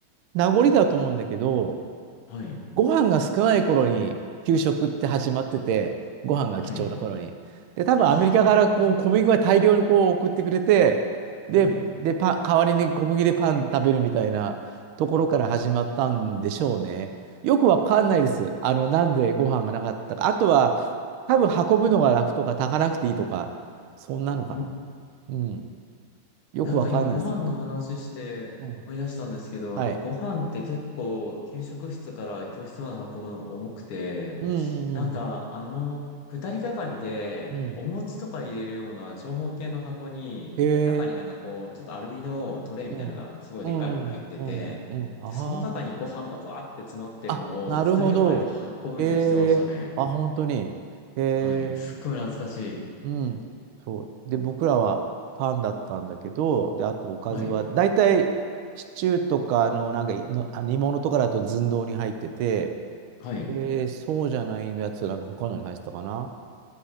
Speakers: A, on the right; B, on the left.
A: 名残だと思うんだけど、
B: はい。
A: ご飯が少ない頃に給食って始まってて、ご飯が貴重な頃に。
B: はい。
A: で、多分アメリカからこう小麦が大量にこう送ってくれて、
B: あ
A: で、
B: あ。はい。
A: で、パン、代わりに小麦でパン食べるみたいなところから始まったんでしょうね。よくわかんないです。あの、なんでご飯がなかったか。あとは、多分運ぶのが楽とか炊かなくていいとか、そんなのかな。
B: ん
A: うん。よくわかんないです。
B: なんか今ご飯の話して思い出したんですけど、
A: うん。はい。
B: あの、ご飯って結構給食室から教室まで運ぶのが重くて、
A: うんうん
B: なんかあの、二人がかりでお餅とか入れるような長方形の箱に、
A: うん。うん。へえ。
B: 中になんかこう、ちょっとアルミのトレイみたいなのがすごいでっかいのが入ってて、
A: うん、うん、うん、うん、あ
B: で、その中にご飯がバーって詰まってるのを二人がかりで運ぶみたいにしてましたね。
A: あ。あ、なるほど。ええあ、本当に。ええ
B: はい。すっごい懐かしい。
A: うん、そう。で、僕らはパンだったんだけど、で、あとおかずは、
B: はい。
A: だいたいシチューとか、あの、なんかいの、あの煮物とかだと寸胴に入ってて、
B: はい。
A: えーそうじゃないやつ、なんか他のに入ってたかな。